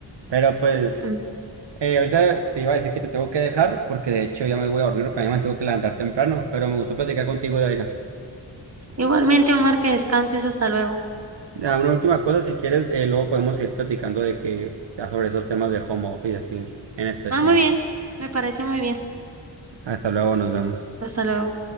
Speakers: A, on the right; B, on the right.
A: Pero pues...
B: Mm.
A: Eh, ahorita te iba a decir que te tengo que dejar porque de hecho ya me voy a dormir porque mañana me tengo que levantar temprano, pero me gustó platicar contigo, Daira.
B: Igualmente, Omar, que descanses, hasta luego.
A: Ah, una última cosa, si quieres, eh, luego podemos seguir platicando de que ya sobre esos temas de home office así en específico.
B: Ah, muy bien, me parece muy bien.
A: Hasta luego, nos vemos.
B: Hasta luego.